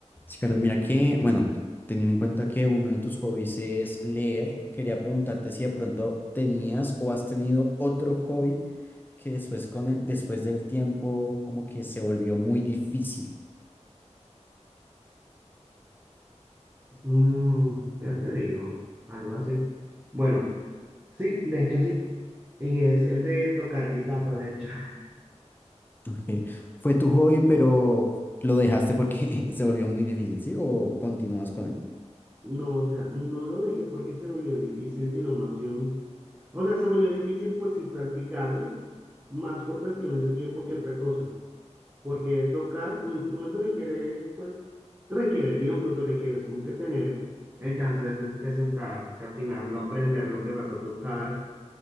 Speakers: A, on the left; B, on the right.
A: Sí, Carlos, mira que, bueno, teniendo en cuenta que uno de tus hobbies es leer, quería preguntarte si de pronto tenías o has tenido otro hobby que después con el- después del tiempo como que se volvió muy difícil.
B: Mm, ¿qué te digo? Algo así. Bueno, sí, de hecho sí. Y es el de tocar guitarra, de hecho. <laughs>
A: Ok, Fue tu hobby, pero lo dejaste porque <laughs> se volvió muy difícil, ¿sí? ¿O continúas con él?
B: No, o sea, no lo dejé porque se volvió difícil, sino más bien, o sea, se volvió difícil pues sí practicarlo, más por cuestiones de tiempo que otra cosa, porque tocar un instrumento requiere, pues, requiere tiempo, tú requieres como que tener el chance de, te- de sentarse, afinarlo, aprender lo que vas a tocar